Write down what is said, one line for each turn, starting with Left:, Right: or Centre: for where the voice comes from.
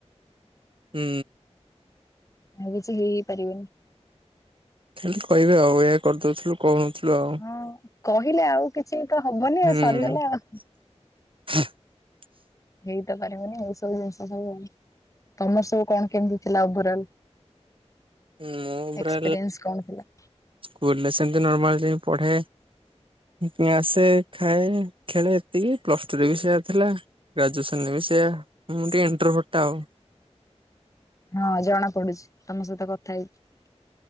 Right: ହୁଁ।
Left: ଆଉ କିଛି ହେଇ ହେଇପାରିବନି।
Right: ଖାଲି କହିବେ ଆଉ ଏଇଆ କରିଦୋଉଥିଲୁ କହୁନଥିଲୁ ଆଉ।
Left: ହଁ କହିଲେ ଆଉ କିଛି ତ ହବନି
Right: ହୁଁ।
Left: ଆଉ ସରିଗଲା ଆଉ।
Right: <inaudible>
Left: ହେଇତ ପାରିବନି ଏଇସବୁ ଜିନିଷ ସବୁ ଆଉ। ତମର ସବୁ କଣ କେମିତି ଥିଲା ଓଭରଲ୍?
Right: ମୁଁ ପୁରା
Left: ଏକ୍ସପିରିଏନ୍ସ କଣ ଥିଲା?
Right: ସ୍କୁଲରେ ସେମିତି ନର୍ମାଲ ଯାଇକି ପଢେ। ଫୁଣି ଆସେ ଖାଏ ଖେଳେ ଏତିକି ପ୍ଲସ ଟୁ ରେ ବି ସେଇଆ ଥିଲା। ଗ୍ରାଜୁଏସନ ରେ ବି ସେୟା ମୁଁ ଟିକେ ଇଣ୍ଟେର୍ଭଟ ଆଉ।
Left: ହଁ ଜଣା ପଡୁଛି ତମ ସହିତ କଥା ହେଇକି।